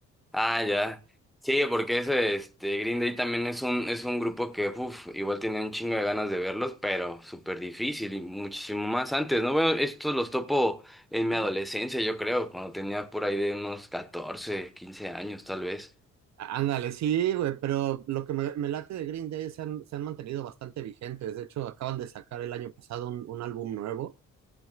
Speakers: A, in the centre; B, on the right.
A: Ah, ya. Sí, porque ese, este, Green Day también es un, es un grupo que, uff, igual tenía un chingo de ganas de verlos, pero súper difícil y muchísimo más antes, ¿no? Bueno, estos los topo en mi adolescencia, yo creo, cuando tenía por ahí de unos 14, 15 años, tal vez.
B: Ándale, sí, güey, pero lo que me, me late de Green Day se han, se han mantenido bastante vigentes. De hecho, acaban de sacar el año pasado un, un álbum nuevo.